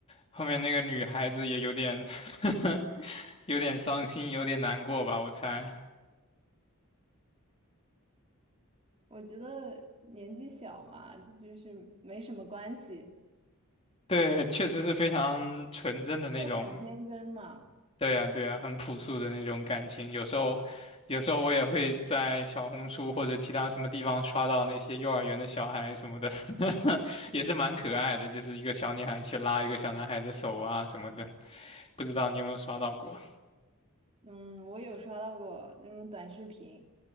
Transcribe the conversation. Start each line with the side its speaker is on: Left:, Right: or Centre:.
Left: 后面那个女孩子也有点 <laughs> 有点伤心，有点难过吧，我猜。
Right: 我觉得年纪小嘛，就是没什么关系。
Left: 对，确实是非常纯真的那种
Right: 就很天真嘛。
Left: 对呀，对呀，很朴素的那种感情。有时候，有时候我也会在小红书或者其他什么地方刷到那些幼儿园的小孩什么的，<laughs> 也是蛮可爱的，就是一个小女孩去拉一个小男孩的手啊什么的。不知道你有没有刷到过？
Right: 嗯，我有刷到过那种短视频。